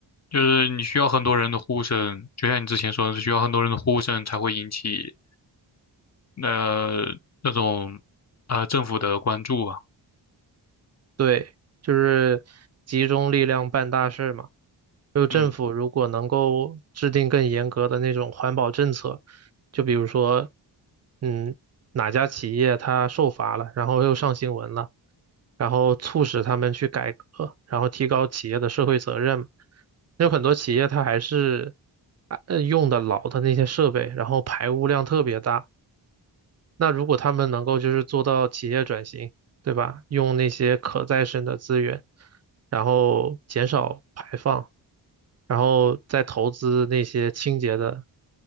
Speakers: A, on the left (about 35°); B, on the right (about 40°).
A: 就是你需要很多人的呼声，就像你之前说的是需要很多人的呼声才会引起，那那种，呃，政府的关注吧。
B: 对，就是集中力量办大事嘛。就政府如果能够制定更严格的那种环保政策，
A: 嗯，
B: 就比如说，嗯，哪家企业它受罚了，然后又上新闻了，然后促使他们去改革，然后提高企业的社会责任。有很多企业它还是啊呃用的老的那些设备，然后排污量特别大。那如果他们能够就是做到企业转型，对吧？用那些可再生的资源，然后减少排放，然后再投资那些清洁的、